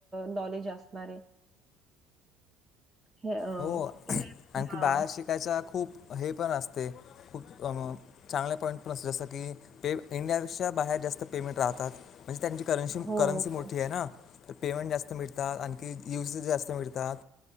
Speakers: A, on the right; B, on the left.
A: नॉलेज असणार आहे हे अ
B: हो
A: हे
B: आणखी
A: हा
B: बाहेर शिकायचा खूप हे पण असते खूप चांगले पॉईंट पण असते जसं की पे इंडियापेक्षा बाहेर जास्त पेमेंट राहतात म्हणजे त्यांची करन्सी
A: हो,
B: करन्सी मोठी
A: हो.
B: आहे ना तर पेमेंट जास्त मिळतात आणखी युज जास्त मिळतात